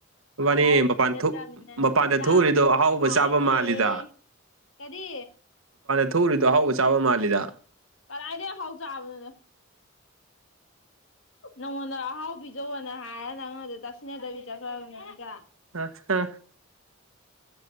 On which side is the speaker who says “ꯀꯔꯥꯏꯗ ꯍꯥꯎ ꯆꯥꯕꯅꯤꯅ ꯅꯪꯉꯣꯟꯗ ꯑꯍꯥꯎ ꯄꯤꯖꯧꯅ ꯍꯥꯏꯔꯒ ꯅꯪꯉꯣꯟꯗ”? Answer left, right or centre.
Left